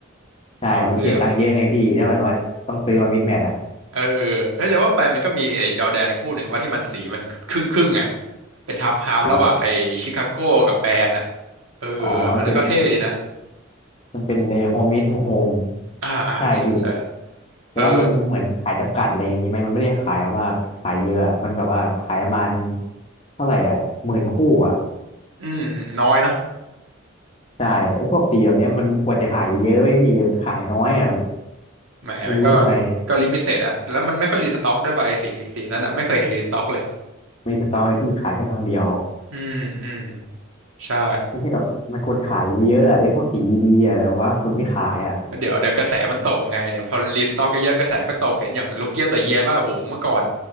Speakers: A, on the left; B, on the right.
A: ใช่มันเสียตังค์เยอะไงพี่แล้วหมวว่าต้องซื้อมามินแมทอ่ะ
B: เอาเรื่อง เออเฮ้ยจะว่าไปมันก็มีไอ้จอร์แดนคู่หนึ่งว่าที่มันสีมันครึ่งครึ่งอ่ะเป็นทับฮาล์ฟระหว่างไอ้ชิคาโก้กับแบรนด์อ่ะ
A: อ๋อ
B: เอออันนั้นก็เท่ดีนะ
A: อ๋อเป็น มันเป็นในโฮมมิ to โฮม
B: อ่าอ่า
A: ใช่พี่
B: ใช่ใช่
A: แต่ว่ามันเหมือนขายจำกัดอะไรอย่างนี้ไหมมันไม่ได้ขายว่าขายเยอะอะมันแบบว่าขายประมาณ
B: เออ
A: เท่าไหร่อ่ะหมื่นคู่อ่ะ
B: อืมอืม น้อยเนาะ
A: ใช่ไอ้พวกสีแบบเนี้ยมันควรจะขายเยอะๆไว้ยพี่มันขายน้อยอ่ะ
B: แหมมันก็
A: ไม่รู้ทำไม
B: ก็ลิมิเต็ดอะแล้วมันไม่ค่อยรีสต็อกด้วยป่ะไอ้สีสีนั้นอะไม่เคยเห็นรีสต็อกเลย
A: มีสต็อกเลยพี่ขายแค่ครั้งเดียว
B: อืม อืม ใช่
A: นั่นที่แบบมันควรขายเยอะๆอะไอ้พวกสีดีๆอ่ะแต่ว่าคุณไม่ขายอ่ะ
B: เดี๋ยวเดี๋ยวกระแสมันตกไงเนี่ยพอรีสต็อกเยอะๆกระแสก็ตกเห็นอย่างลูกเกียบเดอะเยียป่ะโหเมื่อก่อน